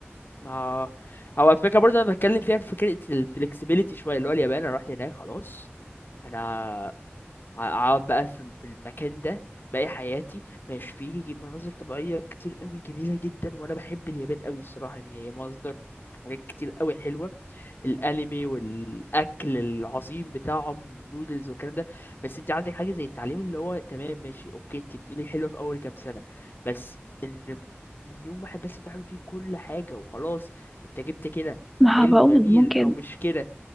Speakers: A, on the left; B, in the centre.
A: ما هو الفكرة برضه أنا بتكلم فيها في فكرة الفلكسبيليتي شوية اللي هو اليابان أنا رحت هناك خلاص أنا ه- هقعد بقى في في المكان ده باقي حياتي ماشي فيه مناظر طبيعية كتير قوي جميلة جدا وأنا بحب اليابان قوي الصراحة يعني هي مصدر حاجات كتير قوي حلوة الانمي والاكل العظيم بتاعهم نودلز والكلام ده بس انت عندك حاجه زي التعليم اللي هو تمام ماشي اوكي انت بتقولي حلوه في اول كام سنه بس ان يوم واحد بس بتعلم فيه كل حاجه وخلاص انت جبت كده
B: ما
A: حلو
B: هو بقول
A: جميل
B: ممكن
A: او مش كده